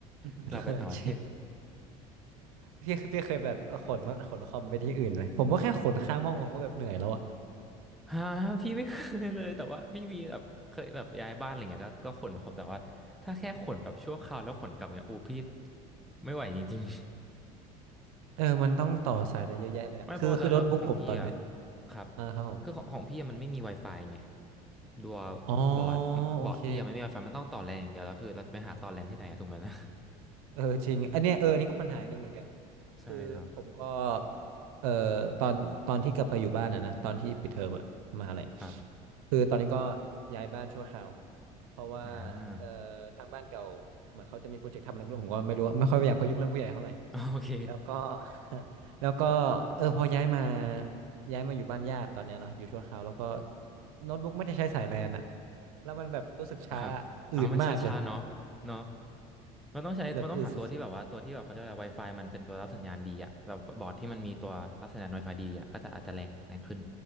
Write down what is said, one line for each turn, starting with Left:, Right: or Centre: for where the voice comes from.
Right: <laughs>
Centre: <laughs> ถ้าเราไปต่างประเทศ
Right: เออจริงพี่พี่เคยแบบเออขนขนคอมไปที่อื่นไหมผมก็แค่ขนข้างห้องผมก็แบบเหนื่อยแล้วอะ
Centre: ฮะพี่ไม่เคยเลยแต่ว่าพี่มีแบบเคยแบบย้ายบ้านอะไรเงี้ยก็ก็ขนของแต่ว่าถ้าแค่ขนแบบชั่วคราวแล้วขนกลับเงี้ยอูพี่ไม่ไหวจริง
Right: เออมันต้องต่อสายอะไรเยอะแยะเลยอะคือคือโน้ตบุ๊กผมตอนเนี้ย
Centre: ๆ <laughs> ไม่เพราะแล้วแล้วของพี่อ่ะครับ
Right: อ่าครับผม
Centre: คือของของพี่อะมันไม่มี Wi-Fi ไงตัว
Right: อ๋อ
Centre: บอร์ดบอร์ดพี่อะไม่มี
Right: โอเค
Centre: Wi-Fi มันต้องต่อแลนอย่างเดียวแล้วคือเราจะไปหาต่อแลนที่ไหนอะถูกไหมนะ
Right: เออจริงอันเนี้ยเอออันนี้ก็ปัญหาหนึ่งเหมือนกัน
Centre: <laughs> ใช่ครับ
Right: คือผมก็เอ่อตอนตอนที่กลับไปอยู่บ้านอ่ะนะตอนที่ปิดเทอมอะมหาอะไร
Centre: ครับ
Right: คือตอนนี้ก็ย้ายบ้านชั่วคราวเพราะว่า
Centre: อ่า
Right: เอ่อทางบ้านเก่าเหมือนเขาจะมีโปรเจกต์ทำอะไรไม่รู้ผมก็ไม่รู้อะไม่ค่อยอยากไปยุ่งเรื่องผู้ใหญ่เท่าไหร่
Centre: โอเค
Right: แล้วก็ <laughs> แล้วก็เออพอย้ายมาย้ายมาอยู่บ้านญาติตอนเนี้ยเนาะอยู่ชั่วคราวแล้วก็โน้ตบุ๊กไม่ได้ใช้สายแลนอะแล้วมันแบบรู้สึกช้า
Centre: ครับอ๋อมันช้าๆเนาะเนาะ
Right: อืดมากเลย
Centre: มันต้องใช้มันต้องหาตัวที่แบบว่าตัวที่แบบเขาเรียกอะไร
Right: แบบอืดสุด
Centre: Wi-Fi มันเป็นตัวรับสัญญาณดีอะแบบบอร์ดที่มันมีตัวรับสัญญาณ Wi-Fi ดีอะก็จะอาจจะแรงแรงขึ้น